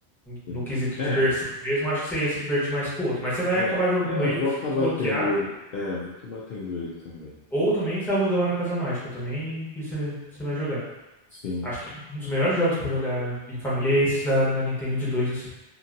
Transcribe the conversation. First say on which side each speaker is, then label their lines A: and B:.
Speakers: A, on the left (about 60°); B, in the centre.
A: Sim.
B: No quesito
A: É,
B: diversão mesmo, acho que você ia se divertir mais com o outro. Mas você vai
A: é,
B: acabar jogando
A: é,
B: ele
A: vou
B: porque
A: acabar
B: você vai desbloquear,
A: tendo ele. É, vou acabar tendo ele também.
B: ou também você aluga lá na Casa Mágica também e você, você vai jogar.
A: Sim,
B: Acho que um dos melhores jogos pra jogar em família é esses da, na Nintendo de dois. assim.